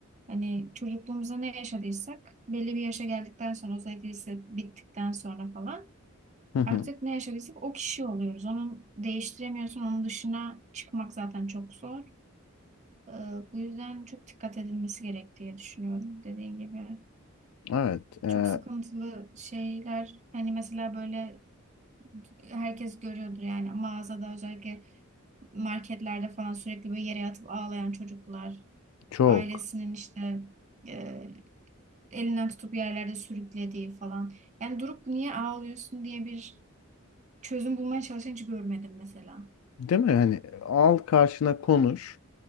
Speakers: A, on the right (about 35°); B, on the left (about 80°).
A: Hani çocukluğumuzda ne yaşadıysak belli bir yaşa geldikten sonra özellikle lise bittikten sonra falan
B: Hı hı.
A: artık ne yaşadıysak o kişi oluyoruz. Onu değiştiremiyorsun. Onun dışına çıkmak zaten çok zor. Ee, bu yüzden çok dikkat edilmesi gerek diye düşünüyorum dediğin gibi.
B: Evet. e,
A: Çok sıkıntılı şeyler hani mesela böyle herkes görüyordur yani mağazada özellikle marketlerde falan sürekli böyle yere yatıp ağlayan çocuklar
B: çok.
A: ailesinin işte e, elinden tutup yerlerde sürüklediği falan. Yani durup niye ağlıyorsun diye bir çözüm bulmaya çalışan hiç görmedim mesela.
B: Değil mi? Hani al karşına konuş.